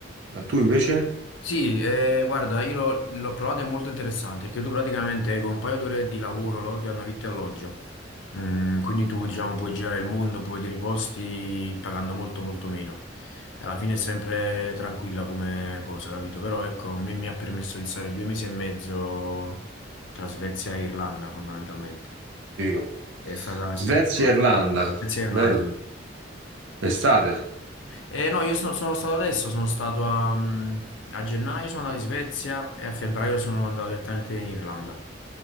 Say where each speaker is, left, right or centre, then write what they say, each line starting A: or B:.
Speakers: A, on the right; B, on the left.
A: Ma tu invece?
B: Sì, eh, guarda, io l'ho l'ho provata, è molto interessante, che tu praticamente con un paio d'ore di lavoro loro ti danno vitto e alloggio. Mm, quindi tu, diciamo, puoi girare il mondo, puoi vedere i posti pagando molto molto meno. E alla fine è sempre tranquilla come cosa, capito? Però ecco, mi, mi ha permesso di stare due mesi e mezzo tra Svezia e Irlanda, fondamentalmente.
A: Figo.
B: È stata un'esperienza...
A: Svezia e Irlanda,
B: Svezia e
A: bello.
B: Irlanda.
A: Estate.
B: Eh, no, io sono, sono stato adesso, sono stato a, mm, a gennaio, sono andato in Svezia e a febbraio sono andato direttamente in Irlanda.